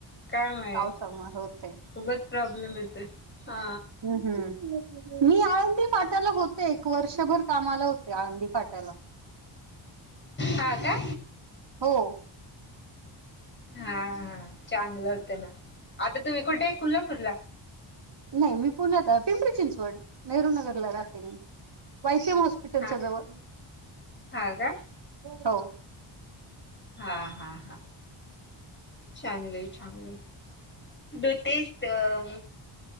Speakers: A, on the left; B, on the right.
A: काय माहीत,
B: पावसामुळे होतय
A: उगच प्रॉब्लेम येतोय, हा
B: हम्म, मी आळंदी फाट्याला होते एक वर्षभर कामाला होते... आळंदी फाट्याला.
A: हा का?
B: हो
A: हा चांगलं होतं ना, आता तुम्ही कुठं ए कोल्हापूरला?
B: नाही... मी पुण्यात... पिंपरी चिंचवड, नेहरू नगरला राहते मी... वाय सी एम हॉस हाॅस्पिटलच्या
A: हा
B: जवळ,
A: हा का
B: हो
A: हा हा हा. चांगलंय चांगलंय <unintelligible> आता